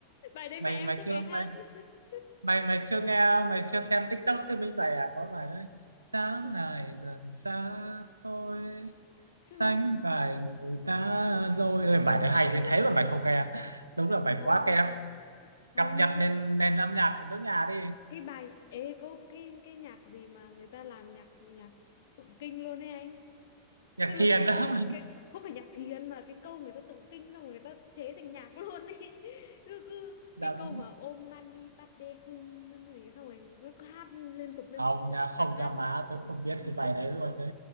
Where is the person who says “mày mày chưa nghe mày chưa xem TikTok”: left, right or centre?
Right